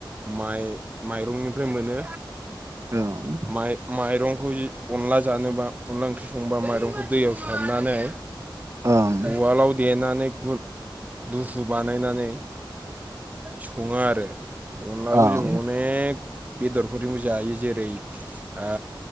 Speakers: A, on the right; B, on the right.
A: माइ माइरंनिफ्राय मोनो
B: ओं
A: माइ माइरंखौ। अनला जानोबा अनला ओंख्रि संबा माइरंखौ दैयाव सोमनानै
B: ओं
A: उवालाव देनानै गुन दुफु बानायनानै सङो आरो। अनलाखौ
B: ओं
A: जों अनेख बेदरफोरजोंबो जायो जेरै ओ।